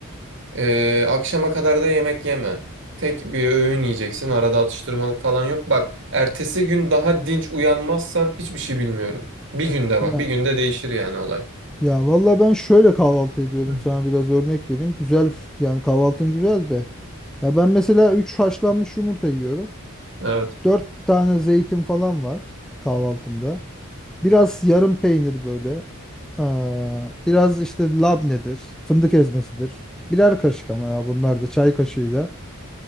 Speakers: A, on the right; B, in the centre.
A: Ee, akşama kadar da yemek yeme. Tek bir öğün yiyeceksin. Arada atıştırmalık falan yok. Bak, ertesi gün daha dinç uyanmazsan hiçbir şey bilmiyorum. Bir günde bak,
B: Ya
A: bir günde değişir yani olay.
B: ya vallahi ben şöyle kahvaltı ediyorum
A: Hı.
B: sana biraz örnek vereyim. Güzel f- yani kahvaltın güzel de. Ya ben mesela 3 haşlanmış yumurta yiyorum.
A: Evet.
B: 4 tane zeytin falan var kahvaltımda. Biraz yarım peynir böyle. Aa, biraz işte labnedir, fındık ezmesidir. Birer kaşık ama ya bunlar da çay kaşığıyla.